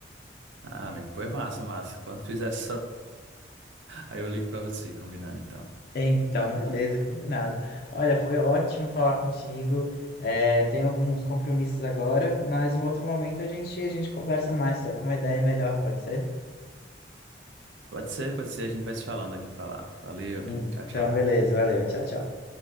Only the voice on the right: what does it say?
Ah, amigo, pois massa, massa. Quando fizer <laughs> sol, aí eu ligo pra você, combinando então.
Pode ser, pode ser. A gente vai se falando aqui pra falar. Valeu, amigo.
Tchau, tchau.